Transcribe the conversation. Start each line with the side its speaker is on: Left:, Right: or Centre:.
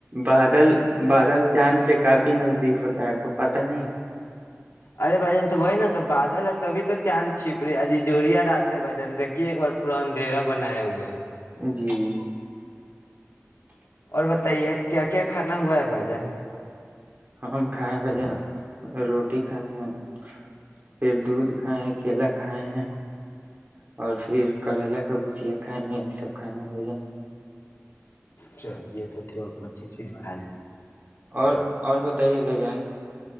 Right: بادل بادل چاند سے کافی نزدیک ہوتا ہے آپ کو پت نہیں
Left: ارے بھ جن تو وہ نا تو بادل ہے تبھی تو چاند چھیپ رہی ہےجی جووریا راتتے بھ جن دیکھیے ایک بار پورا اندھیرا بنایا ہوا ہے
Right: جی
Left: اور بتائیے کیا کیا کھانا ہوا ہے بھائی جان
Right: ہم کھائے ب جن روٹی کھائے ہیں پھر دودھ کھائے ہیں کیلا کھائے ہیں اور پھر کریلا کا بھجیا کھائے ہیں یہ سب کھائے بن
Left: چلیے تو تو پچ چیز خائی
Right: اور اور بتائیے بھائی جان